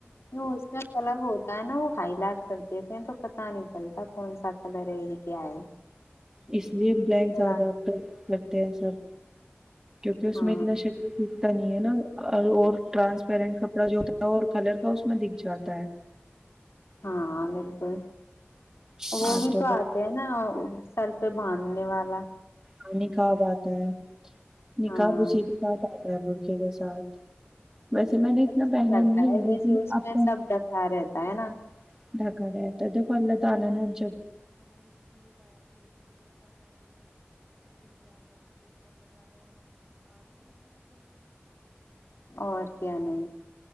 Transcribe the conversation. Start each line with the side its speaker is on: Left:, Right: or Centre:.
Left: اس میں کلر ہوتا ہے نا وہ ہائی لائٹ کر دیتے ہیں تو پتا نہیں چلتا کون سا س کلری کیا ہے
Right: اس لیے بلیک
Left: تھوڑا
Right: زیادہریفر کرتے ہیں سب کیونکہ اس
Left: ہاں
Right: میں اتنا شریر سیکھتا نہیں ہے نا اور ٹرانسپیرنٹ کپڑا جو ہوتا ہے اور کلر کا اس میں دکھ جاتا ہے
Left: ہاں بالکل
Right: ہاں
Left: وہ بھی تو
Right: بس
Left: آتے ہیں نا سر پہ باندھنے والا
Right: ہم نے کہ بات ہے نکاحب
Left: ہاں
Right: اسی کے ساتھ آ برکے کے ساتھ ویسے میں نے اتنا
Left: اچھا
Right: پہنا
Left: لگتا
Right: نہیں
Left: ہے ویسے
Right: لیکن
Left: اس
Right: اب
Left: میں
Right: پہن-
Left: سب ڈکا رہتا ہے نا
Right: <inaudible> آپ کو کنی بھی
Left: اور کیا نہیں